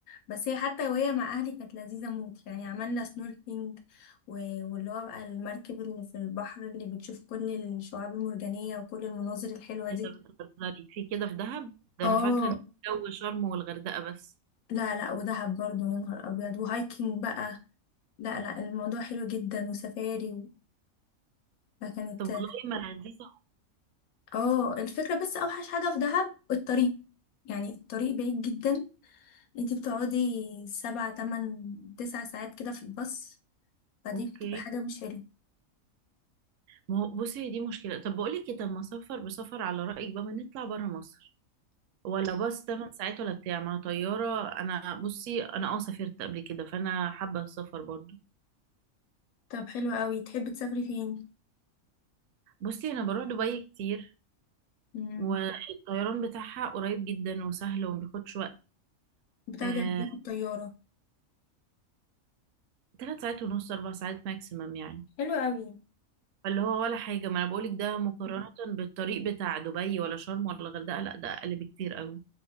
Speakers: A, on the left (about 90°); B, on the right (about 70°).
A: بس هي حتى وهي مع اهلي كانت لذيذه موت يعني عملنا سنوركلينج و- واللي هو بقى المركب اللي في البحر اللي بتشوف كل الشعاب المرجانيه وكل المناظر الحلوه
B: كده
A: دي
B: بتهزري في كده في دهب ده
A: اه
B: انا فاكره ان جو شرم والغردقه بس
A: لا لا ودهب برضو يا نهار ابيض وهايكنج بقى لا لا الموضوع حلو جدا وسفاري و... فكانت
B: طب والله ما لذيذه
A: اه الفكرة بس اوحش حاجة في دهب الطريق يعني الطريق بعيد جدا انتي بتقعدي سبع تمن تسع ساعات كده في الباص فدي
B: اوكي
A: بتبقى حاجة مش حلوة
B: ما هو بصي دي مشكله طب بقول لك إيه، طب ما سفر بسفر على رايك بقى ما نطلع بره مصر ولا باص 8 ساعات ولا بتاع ما طياره انا بصي انا اه سافرت قبل كده فانا حابه السفر برضو
A: طب حلو قوي تحبي تسافري فين
B: بصي انا بروح دبي كتير
A: امم
B: والطيران بتاعها قريب جدا وسهل ومبياخدش وقت
A: بتاخدي
B: آه،
A: قد ايه في الطيارة
B: تلات ساعات ونص أربع ساعات ماكسيمم يعني
A: حلو قوي
B: فاللي هو ولا حاجة ما أنا بقولك ده مقارنة بالطريق بتاع دبي ولا شرم ولا الغردقة لأ ده أقل بكتير أوي